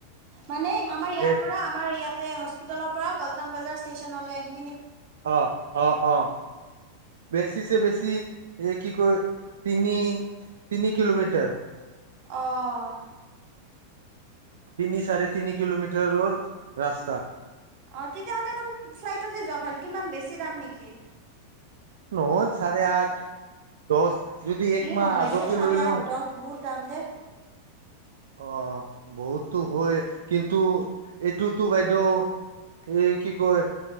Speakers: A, on the right; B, on the right.
A: মানে আমাৰ ইয়াৰ
B: এ
A: পৰা, আমাৰ ইয়াতে হচ পিটেলৰ পৰা পল্টন বজাৰ ষ্টেচনলৈ আহি
B: অ, অ, অ। বেছিছে বেছি এ কি কয় তিনি তিনি কিলোমিটাৰ।
A: অ'
B: তিনি, চাৰে তিনি কিলোমিটাৰৰ ৰাস্তা।
A: অ তেতিয়াহ'লেতো ফ্লাইটতে যোৱা ভাল কিমান বেছি দাম নেকি?
B: ন চাৰে আঠ দহ? যদি এক
A: কি
B: মাহ
A: নহয়
B: আগতে
A: দে চাৰে
B: লৈ লওঁ
A: আঠ দহ বহুত দাম দে
B: অ' বহুতো হয় কিন্তু এইটোতো বাইদেউ সে কি কয়